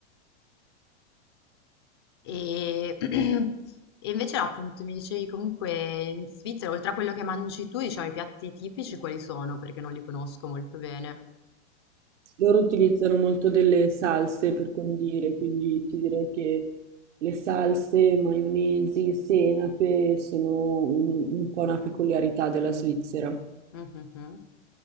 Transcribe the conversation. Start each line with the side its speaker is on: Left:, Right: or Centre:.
Left: E, <clears throat> e invece no, appunto mi dicevi comunque in Svizzera, oltre a quello che mangi tu, diciamo i piatti tipici quali sono? Perché non li conosco molto bene.
Right: Loro utilizzano molto delle salse per condire, quindi ti direi che le salse, maionesi, senape sono un, un po' una peculiarità della Svizzera.
Left: Mhm.